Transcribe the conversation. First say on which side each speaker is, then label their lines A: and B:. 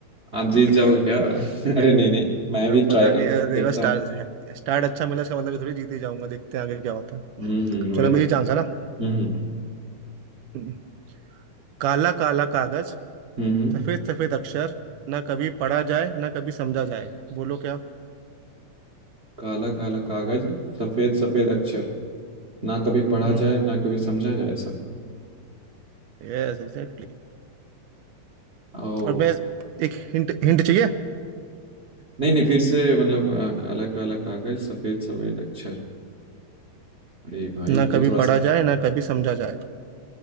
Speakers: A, on the right; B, on the right.
A: आप जीत
B: <laughs>
A: जाओगे क्या <laughs> अरे
B: या
A: नहीं नहीं मैं भी
B: अब
A: ट्राई
B: पता
A: करूंगा
B: नहीं अरे देखो
A: देखता
B: स्टार
A: हूँ
B: स्टार्ट अच्छा मिला इसका मतलब ये थोड़ी जीत ही जाऊंगा देखते हैं आगे क्या होता है
A: हम्म हम्म वही
B: चलो
A: ना
B: मेरी चांस है ना
A: हम्म हम्म
B: हम्म। काला काला कागज
A: हम्म, हम्म।
B: सफेद सफेद अक्षर ना कभी पढ़ा जाए ना कभी समझा जाए बोलो क्या
A: काला काला कागज सफेद सफेद अक्षर ना कभी पढ़ा
B: हम्म
A: जाए ना कभी समझा जाए सब
B: Yes exactly
A: ओ
B: और मैं एक हिंट हिंट चाहिए
A: नहीं नहीं फिर से मतलब आ, काला काला कागज सफेद सफेद अक्षर अरे भाई
B: ना
A: तो
B: कभी
A: थोड़ा
B: पढ़ा
A: सा
B: जाए ना कभी समझा जाए